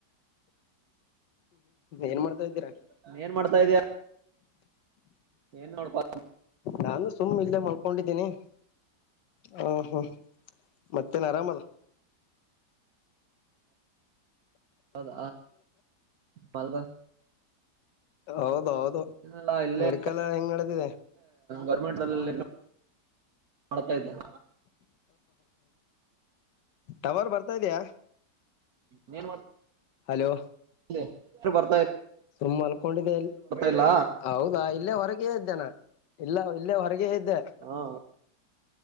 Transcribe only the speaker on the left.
ಏನ್ ಮಾಡ್ತಾ ಇದ್ದೀರಾ
ನಾನು ಸುಮ್ಮ್ ಇಲ್ಲೇ ಮಲ್ಕೊಂಡಿದ್ದೀನಿ ಹ ಹ್ಮ್ ಮತ್ತೇನ್ ಆರಾಮಲ್ಲ
ಹೌದು ಹೌದು
ಮೆಡಿಕಲ್ ಹೆಂಗ್ ನ್ದಿದೆ
ಟವರ್ ಬರ್ತಾ ಇದ್ಯಾ
ಹಲೋ
ಸುಮ್ಮ್ ಅಲ್ಕೊಂಡಿದೆಲ್ಲಿ
ಹೌದಾ ಇಲ್ಲೇ ಹೊರಗೆೇ ಇದ್ದೇನಾ ಇಲ್ಲ ಇಲ್ಲೇ ಹೊರಗೆ ಇದ್ದೆ